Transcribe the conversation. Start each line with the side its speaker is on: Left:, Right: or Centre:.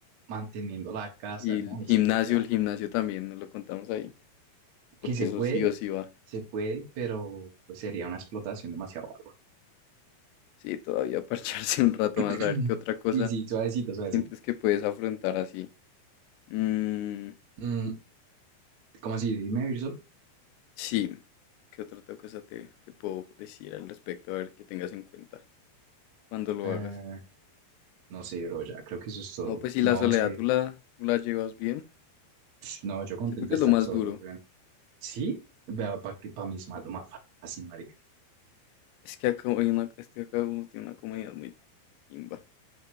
Right: manteniendo la casa,
Left: Y el
Right: ¿no?
Left: gimnasio,
Right: Eso, o sea,
Left: el gimnasio también, no lo contamos ahí, porque
Right: que se
Left: eso
Right: puede,
Left: sí o sí va.
Right: se puede, pero pues sería una explotación demasiado bárbara.
Left: Sí, todavía parcharse un rato
Right: <clears throat>
Left: más, a ver qué otra cosa
Right: Sí, sí, suavecito, suavecito.
Left: sientes que puedes afrontar así. Mm,
Right: Mm, ¿cómo así? ¿Dime vivir solo?
Left: sí, ¿qué otra otra cosa te, te puedo decir al respecto? A ver, que tengas en cuenta cuando lo
Right: Eh,
Left: hagas.
Right: no sé, bro, ya creo que eso es todo.
Left: No, pues si
Right: No,
Left: la soledad
Right: es que,
Left: tú la, tú la llevas bien,
Right: no, yo contento
Left: siento que
Right: de
Left: es
Right: estar
Left: lo más
Right: solo.
Left: duro.
Right: güey. Sí, vea, para que para mí es ma- lo más fácil, marica.
Left: Es que acá, hay una, es que acá uno tiene una comunidad muy chimba.